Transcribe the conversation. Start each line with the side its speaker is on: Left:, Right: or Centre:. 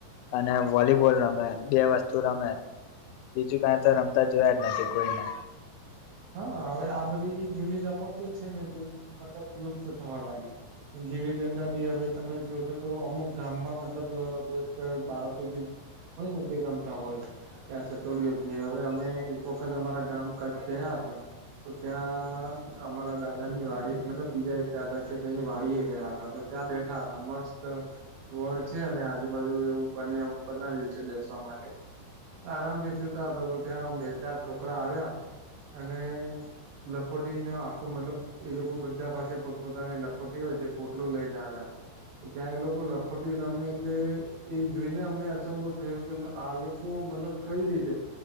Left: અને વોલીબોલ રમે બે વસ્તુ રમે બીજું કાંઇતો રમતા જોયા જ નથી કોઈને
Right: હા હવે આ બધી જે જૂની રમતો છે ને તે <unintelligible> બધી મતલબ લુપ્ત થવા લાગી ગીવી દંડા બી હવે તમે જોશોતો અમુક ગામમાં મતલબ કોઈક બાળકો જે કોઈ નથી ગમતા હોય ત્યાં સાતોલીયુ કીએ હવે અમે એક વખત અમારા ગામ કચ્છ ગયા હતા. તો ત્યાં અમારા દાદા ની વાડી મતલબ બીજા એક દાદા છે તેની વાડી એ ગયા હતા ત્યાં બેઠા હતા મસ્ત વડ છે અને આજુબાજુ એવું બના બનાવ્યું છે બેસવા માટે આરામથી સુતા હતા તો ત્યાં બે ચાર છોકરા આવ્યા અને લખોટીનો આખો મતલબ એ લોકો બધા પાસે પોતપોતાની લખોટી હોય તે પોટલો લઈને આવ્યા. ત્યાં એ લોકો લખોટી રમે એટલે એજોઈને અમને અચંભો થયો કે આ લોકો મતલબ કઈ રીતે,